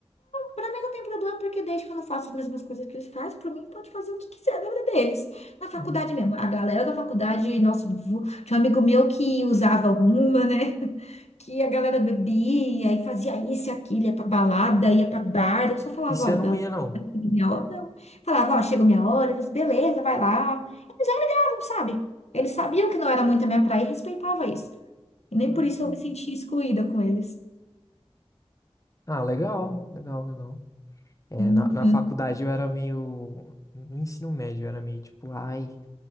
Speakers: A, on the left; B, on the left.
A: Pra mim não tem problema, porque desde que eu não faço as mesmas coisas que eles fazem, pra mim pode fazer o que quiser da vida deles. Na faculdade
B: Hum,
A: mesmo, a galera da faculdade, nossa, vo- tinha um amigo meu que usava alguma, né? <laughs> Que a galera bebia e fazia isso e aquilo, ia pra balada, ia pra bar. Eu só falava,
B: E você
A: ó,
B: não
A: galera.
B: ia, não?
A: Minha hora, não. Falava, ó, chega minha hora, eles, beleza, vai lá. Eles já ligavam, sabe? Eles sabiam que não era muito a minha praia e respeitava isso. E nem
B: ah,
A: por
B: legal.
A: isso eu me sentia excluída com eles.
B: Ah, legal, legal, legal. É,
A: Uhum.
B: na, na faculdade eu era meio. No ensino médio eu era meio tipo, ai,